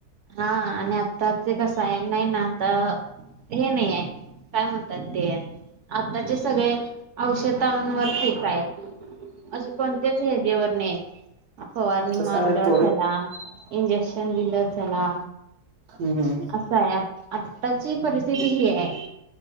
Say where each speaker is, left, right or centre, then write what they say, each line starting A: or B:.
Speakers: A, on the right; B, on the right.
A: हा आणि आत्ता ते कसंय नाही ना आता हे नाहीये. काय म्हणतात. ते आताचे सगळे औषधांवर पिकतायत. असे कोणत्याच याच्यावर न्हाय. फवारणी
B: कसं
A: मारलं
B: आहे माहिती आहे, थोडे
A: चला इंजेक्शन दिलं चला.
B: हम्म हम्म.
A: कायय आताची परिस्थिती हीय.